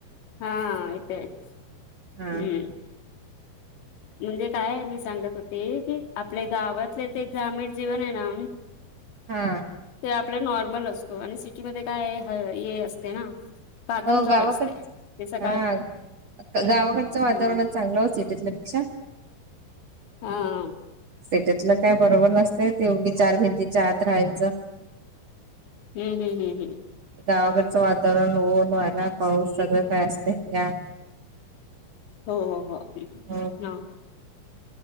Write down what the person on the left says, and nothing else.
हा येतोय
हम्म. म्हणजे काय आहे मी सांगत होते की, आपल्या गावात ते ते ग्रामीण जीवन आहे ना
तेव्हा आपलं नॉर्मल असतो आणि सिटीमध्ये काय आहे, हे असते ना भागमजोड
असते ते सकाळ
हम्म
हा.
हम्म हम्म हम्म हम्म.
हो हो हो
ना.